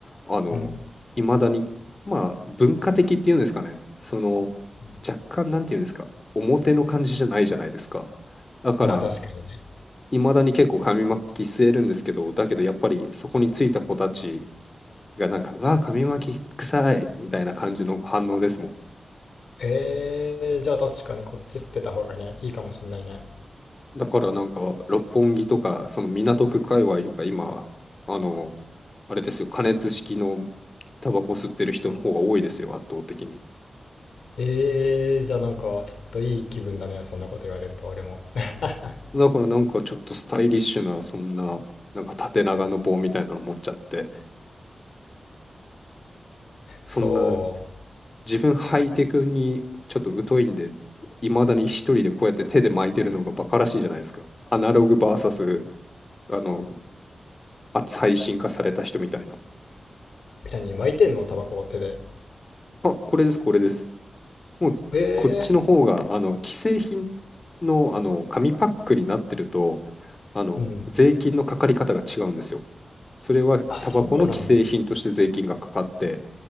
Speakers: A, on the left (about 35°); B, on the left (about 80°).
A: あの、
B: うん。う
A: いまだに、まあ文化的っていうんですかね。その
B: ん
A: 若干なんていうんですか、表の感じじゃないじゃないですか。だから、
B: まあ確かにね。
A: いまだに結構紙巻き吸えるんですけど、だけどやっぱりそこについた子たちがなんか、うわあ、紙巻き臭いみたいな感じの反応ですも
B: えー、じゃあ確かにこっち吸ってた方がね、いいかもしんないね。
A: ん。だからなんか、六本木とか、その港区界隈とか、今、あの、あれですよ、加熱式のタバコ吸ってる人の方が多いですよ、圧倒的に。
B: えー、じゃあなんかちょっといい気分だね、そんなこと言われると俺も。<laughs>
A: だからなんかちょっとスタイリッシュな、そんな、なんか縦長の棒みたいなの持っちゃって、そんな
B: そ
A: 自分ハイテクにちょっと疎いんで、いまだに一人でこうやって手で巻いてるのがバカらしいじゃないですか。アナログ v スあの、最新化された人みたいな。
B: う。何、巻いてんのタバコを手で。
A: あ、これです、これです。もう、
B: ええ
A: こっちの方が、あの、既製品の、あの、紙パックになってると、あの、
B: うん。
A: 税金のかかり方が違うんですよ。それはタバコの既製品として税金がかかって、
B: あ、そうなんだ。